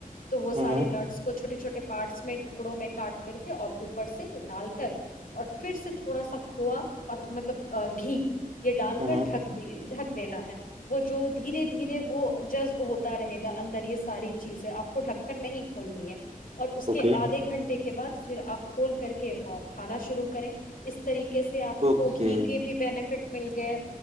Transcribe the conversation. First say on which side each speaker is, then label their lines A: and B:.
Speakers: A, on the left; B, on the right.
A: تو وہ سے
B: ہ
A: نرس کو چوٹے چھوٹے پارٹس میں ٹکڑوں میں کاٹ کر کے اور اوپر سے ڈال کر اور پھر سے تھوڑا سا کھوو اور مطلب گھی یہ ڈال
B: ہ
A: کر ڈھک دی ڈھک دینا ہے وہ جو دھیرے دھیرے وہ جذب ہوتا رہے گا اندر یہ ساری چیزیں آپ کو ڈھکن نہیں کھولنی ہے اور اس
B: اوکے
A: کے آدھے گھنٹے کے بعد پھر آپ کھول کر کے اور کھانا شروع کریں اس طریقے کیسے آپ
B: اوکے
A: کو گھی کے بھی بینیفٹ مل گئے